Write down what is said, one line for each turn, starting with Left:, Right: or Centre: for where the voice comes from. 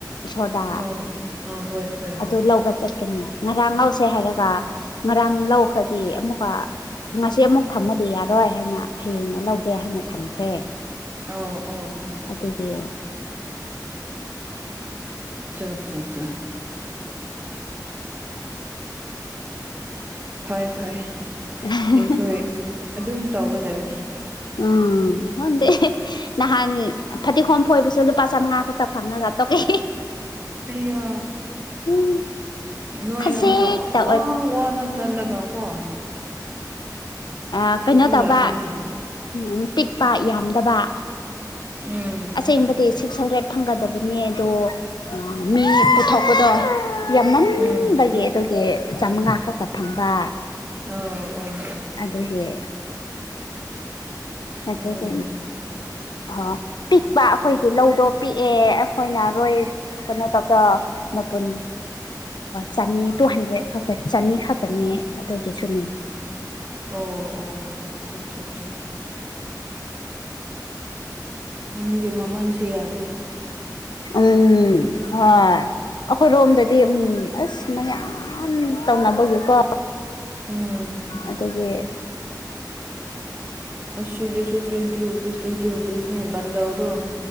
Left: ꯏꯁꯣꯔꯗ
Right: ꯑꯣ ꯑ ꯍꯣꯏ ꯍꯣꯏ
Left: ꯑꯗꯨ ꯂꯧꯕ ꯆꯠꯀꯅꯤ ꯉꯔꯥꯡ ꯂꯧꯁꯦ ꯍꯥꯏꯔꯒ ꯉꯔꯥꯡ ꯂꯧꯈ꯭ꯔꯗꯤ ꯑꯃꯨꯛꯀ ꯉꯁꯤ ꯑꯃꯨꯛ ꯊꯝꯃꯗꯤ ꯌꯥꯔꯣꯏ ꯍꯥꯏꯅ ꯍꯌꯦꯡꯅ ꯂꯧꯒꯦ ꯍꯥꯏꯅ ꯊꯝꯈ꯭ꯔꯦ
Right: ꯑꯣ ꯑꯣ
Left: ꯑꯗꯨꯒꯤ
Right: ꯑꯆꯥ ꯑꯠꯆꯥ ꯑꯆꯥꯆꯥ ꯐꯩ ꯐꯩ
Left: <inaudible>
Right: ꯑꯩꯈꯣꯏ ꯑꯗꯨꯝ ꯇꯧꯒꯗꯕꯅꯤ
Left: ꯎꯝ ꯈꯪꯗꯦ ꯅꯍꯥꯟ ꯐꯗꯤꯒꯣꯝ ꯐꯣꯏꯕꯁꯨ ꯂꯨꯄꯥ ꯆꯥꯝꯃꯉꯥ ꯈꯛꯇ ꯐꯪꯉꯒ ꯇꯣꯛꯑꯦ
Right: ꯑꯩꯌꯥ
Left: ꯎꯝ
Right: ꯅꯣꯏꯅ
Left: ꯈꯖꯤꯛꯇ
Right: ꯋꯥ ꯋꯥꯅ ꯆꯜꯂꯒ ꯀꯣ
Left: ꯑꯣ
Right: ꯁꯤꯗꯤ
Left: ꯀꯩꯅꯣ ꯇꯧꯕ
Right: ꯌꯥꯗꯦꯅꯦ
Left: ꯎꯝ ꯄꯤꯛꯄ ꯌꯥ ꯗꯕ
Right: ꯎꯝ
Left: ꯑꯁꯦꯡꯕꯗꯤ ꯁꯤꯛꯁ ꯍꯟꯗ꯭ꯔꯦꯠ ꯐꯪꯒꯗꯕꯅꯤ ꯑꯗꯣ ꯃꯤ ꯄꯨꯊꯣꯛꯄꯗꯣ ꯌꯥꯝꯃꯟꯕꯒꯤ
Right: ꯎꯝ
Left: ꯑꯗꯨꯒꯤ ꯆꯥꯝꯃꯉꯥ ꯈꯛꯇ ꯐꯪꯕ
Right: ꯑꯣ ꯑꯣ
Left: ꯑꯗꯨꯒꯤ ꯑꯗꯨꯗꯤ
Right: ꯎꯝ
Left: ꯑꯣ ꯄꯤꯛꯄ ꯑꯩꯈꯣꯏꯒꯤ ꯂꯧꯗꯣ ꯄꯤꯛꯑꯦ ꯑꯩꯈꯣꯏꯅ ꯍꯣꯏ ꯀꯩꯅꯣ ꯇꯧꯗ ꯃꯄꯨꯟ ꯆꯅꯤ ꯇꯨ ꯍꯟꯗ꯭ꯔꯦꯠ ꯈꯛꯇꯅꯤ ꯆꯅꯤ ꯈꯛꯇꯅꯦ ꯑꯗꯨ ꯀꯩꯁꯨꯅꯦ
Right: ꯑꯣ ꯑꯣ ꯑꯆꯥ ꯑꯠꯆꯥꯆꯥ ꯑꯆꯥ ꯅꯪꯒꯤ ꯃꯃꯟꯁꯤ ꯌꯥꯗ꯭ꯔꯦ
Left: ꯎꯝ ꯍꯣꯏ ꯑꯩꯈꯣꯏꯔꯣꯝꯗꯗꯤ ꯎꯝ ꯑꯁ ꯃꯌꯥꯝ ꯇꯧꯅꯕꯒꯤꯀꯣ
Right: ꯎꯝ
Left: ꯑꯗꯨꯒꯤ
Right: ꯑꯁꯤꯗꯁꯨ ꯇ꯭ꯋꯦꯟꯇꯤ ꯔꯨꯄꯤꯁ ꯇ꯭ꯋꯦꯟꯇꯤ ꯔꯨꯄꯤꯁꯅꯤ ꯍꯥꯏꯕꯟꯗꯧꯔꯣ